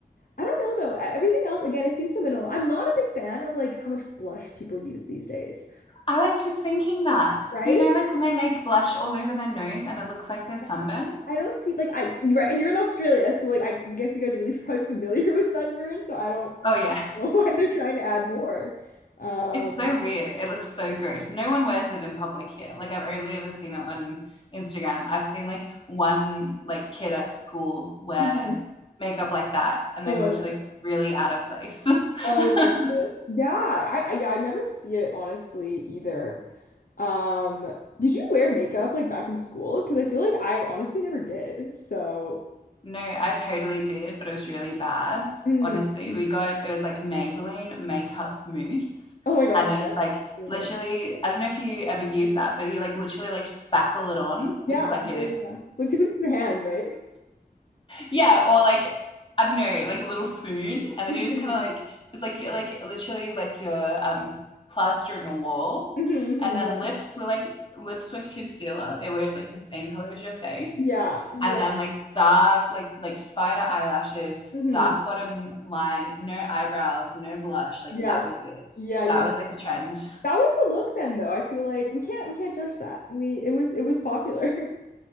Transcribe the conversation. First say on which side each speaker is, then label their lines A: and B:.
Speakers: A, on the left (about 60°); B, on the left (about 30°).
A: I don't know though. E- Everything else again, it seems so minimal. I'm not a big fan of like how much blush people use these days,
B: I was just thinking that.
A: right?
B: You know, like when they make blush all over their nose and it looks like they're sunburnt?
A: Yeah, I don't see like I right, and you're in Australia, so like I guess you guys are really <laughs> probably familiar with sunburn, so I don't
B: Oh, yeah. <laughs>
A: know <laughs> why they're trying to add more. Um,
B: It's so weird. It looks so gross. No one wears it in public here. Like I've only ever seen it on Instagram. I've seen like one like kid at school wear
A: Mhm.
B: makeup like that and
A: oh
B: they
A: my
B: looked
A: gosh,
B: like really out of place.
A: oh
B: <laughs>
A: my goodness, yeah, I, I yeah I never see it honestly either. Um, did you wear makeup like back in school? Because I feel like I honestly never did. So,
B: No, I totally did, but it was really bad.
A: Mm,
B: Honestly,
A: mhm.
B: we got it was like Maybelline makeup mousse,
A: Oh my gosh,
B: and it
A: yes,
B: was like
A: You're
B: literally,
A: the-
B: I don't know if you ever use that, but you like literally like spackle it on
A: yeah,
B: with like
A: yeah,
B: a
A: yeah, yeah. Like people use their hands, right?
B: yeah, or like I don't know, like a little spoon, and
A: hmm
B: then you just kind of like it's like you're like literally like you're um plastering a wall,
A: hmm hmm
B: and then
A: yeah,
B: lips were like lips were concealer. They were like the same color as your face,
A: yeah, yeah.
B: and then like dark like like spider eyelashes,
A: Mhm.
B: dark bottom line, no eyebrows, no blush. Like
A: Yes.
B: that was it.
A: Yeah, yeah,
B: That
A: yeah.
B: was like the trend. <laughs>
A: That was the look then though. I feel like we can't we can't judge that. We it was it was popular. <laughs>